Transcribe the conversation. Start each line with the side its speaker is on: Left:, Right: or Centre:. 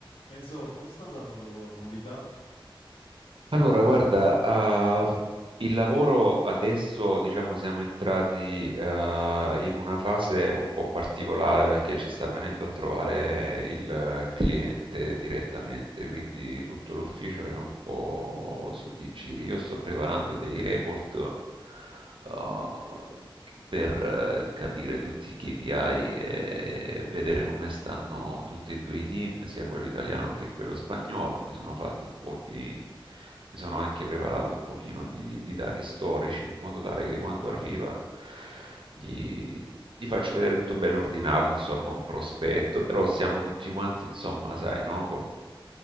Left: Enzo, come sta andando il lavoro? Novità?
Right: Allora, guarda, ah, il lavoro adesso, diciamo, siamo entrati eh, in una fase un po' particolare perché ci sta venendo a trovare il cliente direttamente, quindi tutto l'ufficio
Left: Mm.
Right: è un po' su di giri. Io sto preparando dei report eh, per eh, capire tutti i KPI e vedere come stanno tutti e due i team, sia quello italiano che quello spagnolo. Mi sono fatto un po' di... mi sono anche preparato un pochino di, di dati storici, in modo tale che quando
Left: Ah,
Right: arriva gli, gli faccio vedere tutto bello ordinato, insomma, un prospetto, però siamo tutti quanti, insomma, sai, no? Con,